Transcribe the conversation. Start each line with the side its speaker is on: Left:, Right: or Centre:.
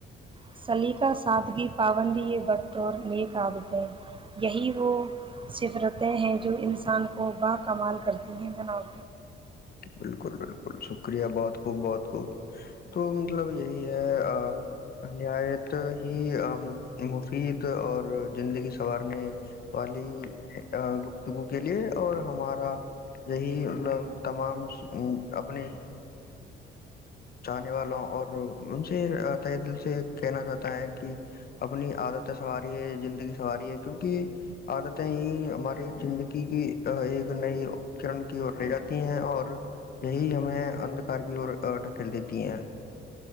Right: سلیقہ سادگی پابندی یہ وقت اور نیک عادتیں یہی وہ سفرتیں ہیں جو انسان کو باکمال کرتی ہیں جناب
Left: بالکل بالکل شکریہ بہت خ بہت خوب تو مطلب یہی ہے نیاایت ہی مفید اور زندگی سنوارنے والی گفتگو کے لیے اور ہمارا یہی مطلب تمام اپنے چاہنے والوں اور ان سے تہ دل سے کہنا چاہتا ہے کہ اپنی عادتیں سنواریں ہے زندگی سنواریں ہے کیونکہ عادتیں ہی ہماری زندگی کی ایک نئی کرن کی اور رہ ہیں اور یہی ہمیں ادکار کی اور ڈھکیل دیتی ہیں